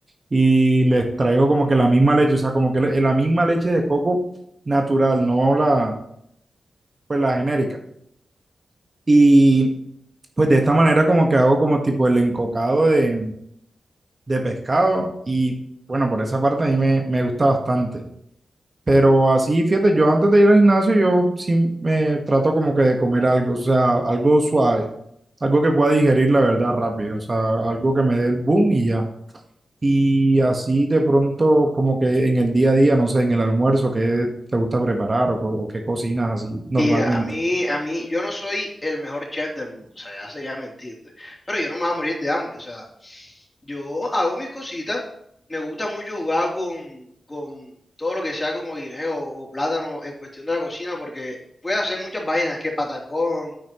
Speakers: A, on the right; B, on the left.
A: y les traigo como que la misma leche, o sea, como que le- la misma leche de coco natural, no la, pues la genérica. Y pues de esta manera como que hago como tipo el encocado de, de pescado y bueno, por esa parte a mí me, me gusta bastante. Pero así, fíjate, yo antes de ir al gimnasio, yo sí me trato como que de comer algo, o sea, algo suave, algo que pueda digerir la verdad rápido, o sea, algo que me dé el boom y ya. Y así de pronto, como que en el día a día, no sé, en el almuerzo, ¿qué te gusta preparar o, co- o qué cocinas así normalmente?
B: Y a mí, a mí, yo no soy el mejor chef del mundo, o sea, ya sería mentirte, pero yo no me voy a morir de hambre, o sea, yo hago mis cositas, me gusta mucho jugar con, con todo lo que sea como guineo o plátano en cuestión de la cocina, porque puedes hacer muchas vainas, que patacón,